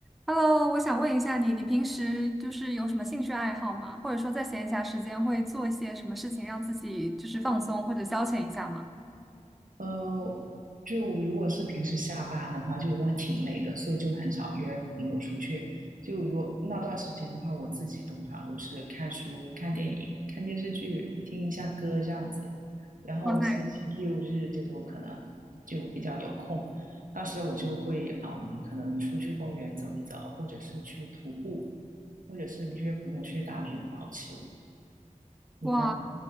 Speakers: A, in the centre; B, on the right (about 90°).
A: Hello，我想问一下你，你平时就是有什么兴趣爱好吗？或者说在闲暇时间会做一些什么事情让自己就是放松或者消遣一下吗？
B: 呃，就如果是平时下班的话，就因为挺累的，所以就很少约朋友出去。就如果那段时间的话，我自己通常都是看书、看电影、看电视剧、听一下歌这样子。然后星期六日就可能就比较有空，
A: 哇塞，
B: 那时候我就会嗯，可能出去公园走一走，或者是去徒步，或者是约朋友去打羽毛球。你呢？
A: 哇，